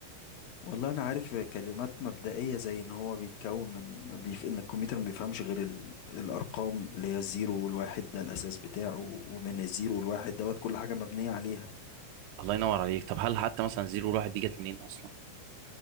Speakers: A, on the left (about 80°); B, on the right (about 85°).
A: والله انا عارف كلمات مبدئيه زي ان هو بيتكون من ما بيف... ان الكمبيوتر ما بيفهمش غير ال... الارقام اللي هي الزيرو والواحد ده الاساس بتاعه ومن الزيرو والواحد دوت كل حاجه مبنيه عليها
B: الله ينور عليك طب هل حتى مثلا الزيرو والواحد دي جت منين أصلا